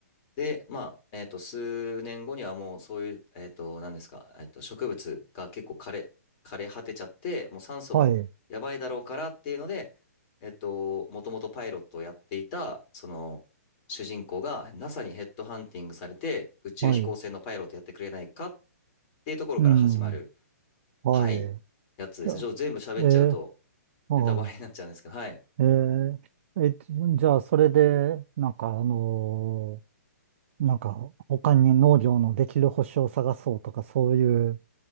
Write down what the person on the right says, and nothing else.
はい。
はい。
うん、はい。
じゃあ、
えー、
はい。
えー、え、じゃあ、それで、なんか、あのーなんか、他に農業のできる星を探そうとか、そういう